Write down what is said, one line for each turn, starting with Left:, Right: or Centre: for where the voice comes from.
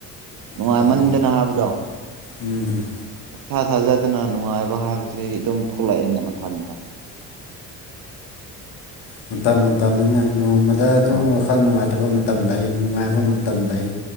Right: ꯅꯨꯡꯉꯥꯏꯃꯟꯗꯅ
Left: ꯑꯣ
Right: ꯍꯥꯏꯕꯗꯣ
Left: ꯎꯝ
Right: ꯊꯥ ꯊꯥꯖꯗꯅ ꯅꯨꯡꯉꯥꯏꯕ ꯍꯥꯏꯕꯁꯤ ꯑꯗꯨꯝ ꯊꯣꯛꯂꯛꯑꯦꯅ ꯃꯊꯟꯕ
Left: ꯃꯇꯝ ꯃꯇꯝ ꯅꯣꯡꯃꯗ ꯑꯗꯨꯝ
Right: ꯑꯥ
Left: ꯋꯥꯈꯜ ꯅꯨꯡꯉꯥꯏꯇꯕ ꯃꯇꯝ ꯂꯩ ꯅꯨꯡꯉꯥꯏꯕ ꯃꯇꯝ ꯂꯩ